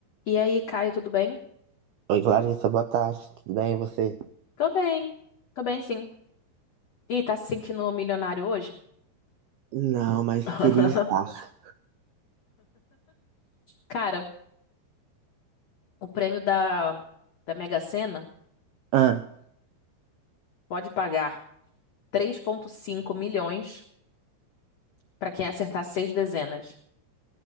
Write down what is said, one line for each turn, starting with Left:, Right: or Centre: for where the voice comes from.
Left: E aí, Caio, tudo bem?
Right: Oi, Clarissa, boa tarde. Tudo bem, e você?
Left: Tô bem, tô bem sim. E tá se sentindo milionário hoje?
Right: Não, mas
Left: <laughs>
Right: queria estar.
Left: Cara, o prêmio da, da Mega Sena
Right: Ah,
Left: pode pagar três vírgula cinco milhões pra quem acertar seis dezenas